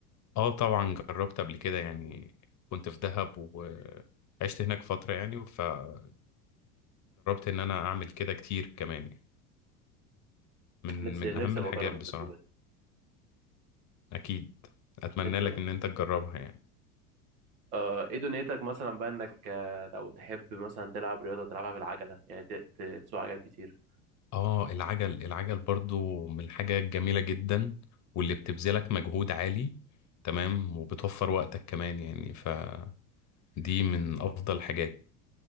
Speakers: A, on the left; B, on the right.
A: اه طبعا جربت قبل كده يعني كنت في دهب وعشت هناك فترة يعني فجربت ان انا اعمل كده كتير كمان يعني. من
B: نفسي
A: من
B: نفسي
A: اهم الحاجات
B: ابقى اجرب
A: بصراحة
B: التجربة دي
A: اكيد اتمنى
B: نفسي
A: لك
B: ابقى
A: ان
B: أجرب.
A: انت تجربها يعني
B: آه ايه دنيتك مثلا بقى انك آه، لو تحب مثلا تلعب رياضة تلعبها بالعجلة يعني ت- ت- تسوق عجل كتير
A: اه العجل العجل برضو من الحاجة الجميلة جدا واللي بتبذلك مجهود عالي تمام وبتوفر وقتك كمان يعني فدي من أفضل الحاجات